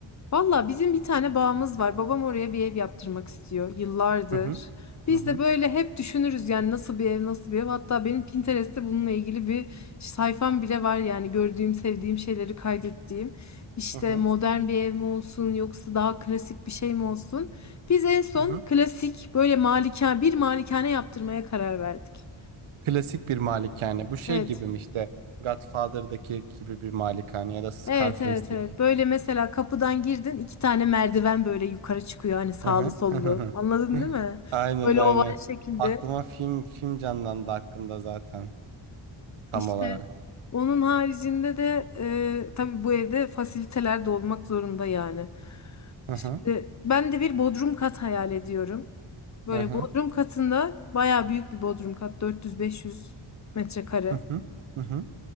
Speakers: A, on the left; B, on the right.
A: Valla bizim bir tane bağımız var. Babam oraya bir ev yaptırmak istiyor yıllardır.
B: Hı hı.
A: Biz
B: Hı hı.
A: de böyle hep düşünürüz yani nasıl bir ev, nasıl bir ev. Hatta benim Pinterest'te bununla ilgili bir sayfam bile var yani gördüğüm, sevdiğim şeyleri kaydettiğim. İşte
B: Hı hı.
A: modern bir ev mi olsun yoksa daha klasik bir şey mi olsun? Biz en son
B: Hı hı.
A: klasik böyle malikane, bir malikane yaptırmaya karar verdik.
B: Klasik bir malikane. Bu şey
A: Evet.
B: gibi mi işte Godfather'daki gibi bir malikane ya da Scarface'deki.
A: Evet evet evet. Böyle mesela kapıdan girdin iki tane merdiven böyle yukarı çıkıyor hani sağlı
B: Hı hı.
A: sollu.
B: Hı hı. hı.
A: Anladın değil
B: <laughs>
A: mi?
B: Aynen
A: Böyle
B: aynen.
A: oval şekilde.
B: Aklıma film film canlandı hakkında zaten tam
A: İşte
B: olarak.
A: onun haricinde de e, tabii bu evde fasiliteler de olmak zorunda yani.
B: Hı hı.
A: Şimdi ben de bir bodrum kat hayal ediyorum. Böyle
B: Hı hı.
A: bodrum katında bayağı büyük bir bodrum kat 400-500 metrekare.
B: Hı hı. Hı hı.